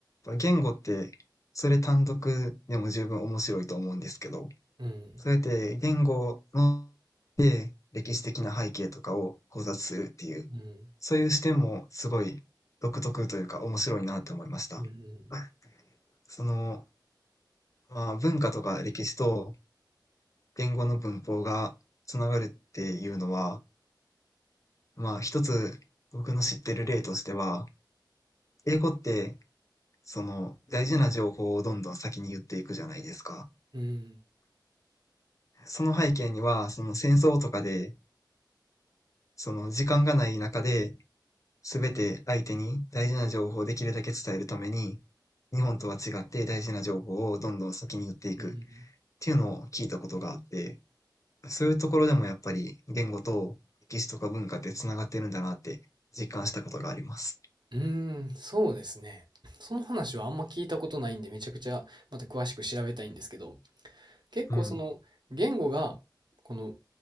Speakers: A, on the left; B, on the right.
A: 言語って、それ単独でも十分面白いと思うんですけど、
B: うん、
A: そうやって言語の歴史的な背景とかを考察するっていう、
B: うん、
A: そういう視点もすごい独特というか面白いなと思いました。
B: うん、
A: はいその、まあ、文化とか歴史と言語の文法がつながるっていうのは、まあ、一つ僕の知ってる例としては、英語ってその大事な情報をどんどん先に言っていくじゃないですか。
B: うん、
A: その背景には、その戦争とかで、その時間がない中で、すべて相手に大事な情報をできるだけ伝えるために、日本とは違って大事な情報をどんどん先に言っていくっ
B: うん、
A: ていうのを聞いたことがあって、そういうところでもやっぱり言語と歴史とか文化ってつながってるんだなって実感したことがあります。
B: うん、そうですね。その話はあんま聞いたことないんで、めちゃくちゃまた詳しく調べたいんですけど、結構その言語がこの
A: うん、